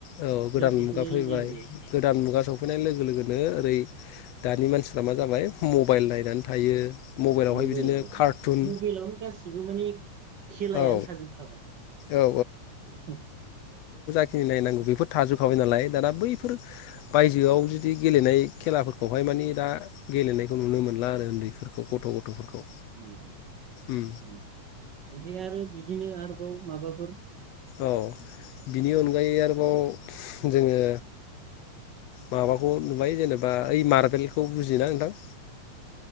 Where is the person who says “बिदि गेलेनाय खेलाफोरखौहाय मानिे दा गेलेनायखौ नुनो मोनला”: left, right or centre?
Left